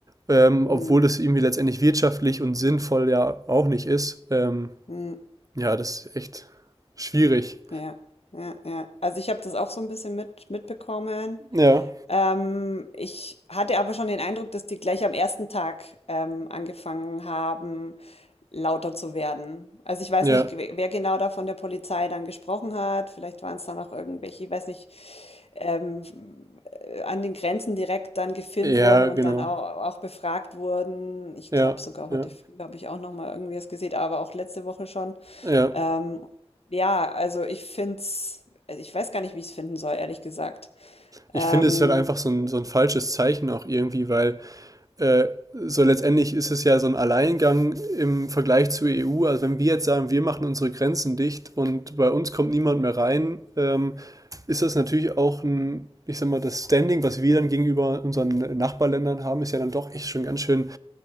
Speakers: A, on the right (about 35°); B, on the left (about 70°).
A: ähm,
B: mhm,
A: obwohl das irgendwie letztendlich wirtschaftlich und sinnvoll ja auch nicht ist. Ähm,
B: mhm.
A: ja, das ist echt schwierig.
B: Ja, ja, ja. Also ich habe das auch so ein bisschen mit, mitbekommen.
A: Ja,
B: Ähm, ich hatte aber schon den Eindruck, dass die gleich am ersten Tag ähm, angefangen haben, lauter zu werden. Also ich weiß
A: ja,
B: nicht, wer wer genau da von der Polizei dann gesprochen hat. Vielleicht waren es dann auch irgendwelche, ich weiß nicht, ähm, äh, an den Grenzen direkt dann gefilmt
A: ja,
B: wurden
A: genau.
B: und dann auch, auch befragt wurden. Ich
A: Ja,
B: glaube sogar heute
A: ja,
B: früh habe ich auch noch mal irgendwie was gesehen, aber auch letzte Woche schon.
A: ja.
B: Ähm, ja, also ich find's, also ich weiß gar nicht, wie ich es finden soll, ehrlich gesagt.
A: Ich
B: Ähm,
A: finde, es ist halt einfach so ein, so ein falsches Zeichen auch irgendwie, weil äh, so letztendlich ist es ja so ein Alleingang im Vergleich zur EU. Also wenn wir jetzt sagen, wir machen unsere Grenzen dicht und bei uns kommt niemand mehr rein, ähm, ist das natürlich auch ein, ich sag mal, das Standing, was wir dann gegenüber unseren Nachbarländern haben, ist ja dann doch echt schon ganz schön